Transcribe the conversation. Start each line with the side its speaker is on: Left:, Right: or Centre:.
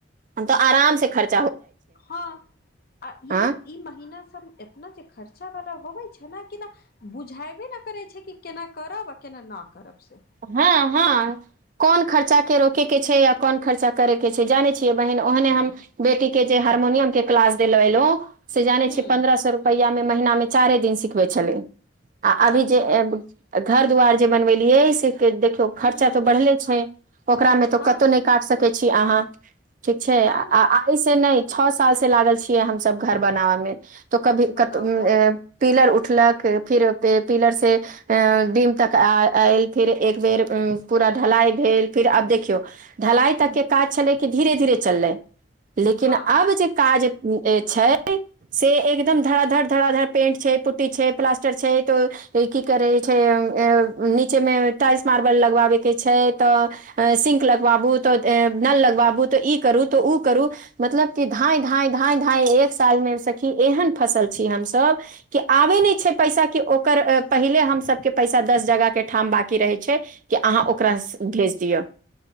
Right: हम तऽ आराम से खर्च
Left: हाँ ई
Right: आँ
Left: ई महीना सब एतना जे खर्च बचा वाला होबे छै ने केना बुझेबे नहि करे छै कि केना करब आ केना न करब से
Right: हाँ हाँ कोन खर्चा के रोके के छै या कोन खर्चा करे के छै जाने छियै बहिन ओहने हम बेटी के जे हार्मोनियम के क्लास देलयलो से जानै
Left: हूँ
Right: छै पंन्द्रह सौ रुपैआ मे महीना मे चारे दिन सिखबै छलै आ अभी
Left: अच्छा
Right: जे घर दुवार जे बनबेलियए से के देखियौ खर्चा
Left: हूँ
Right: तऽ
Left: हूँ
Right: बढ़ले छै ओकरामे तऽ
Left: हँ
Right: कतहु नहि काट सकै छी आहाँ ठीक छै
Left: न
Right: आ
Left: न
Right: आइ से नहि छौ साल से लागल छियै हमसब घर बनाबय मे त कभी
Left: बताउ
Right: कत
Left: तऽ
Right: पीलर उ उठलक फिर पिलर से डिम तक आ ए इ फिर एकबेर पूरा ढलाई भेल फिर आब देखियौ ढलाई तक के काज छले की धीरे धीरे चललै लेकिन
Left: हँ
Right: अब जे काज छै से एकदम धरा धड़ धरा धड़ पेंट छै पुटटी छै प्लास्टर छै तऽ की करै छै न <unintelligible> से टाइल्स मारबल लगबाबे के छै त सिंक लगबाबू तऽ नल लगबाबू त ई करू त ओ करू मतलब क धाय धाय धाय धाय एक साल मे सखी एहन फसल छी हमसब कि आबे नहि छै पैसा कि ओकर पहिले हमसबके पैसा दस जगह के ठाम बाकी रहै छै कि अहाँ ओकरा भेज दियअ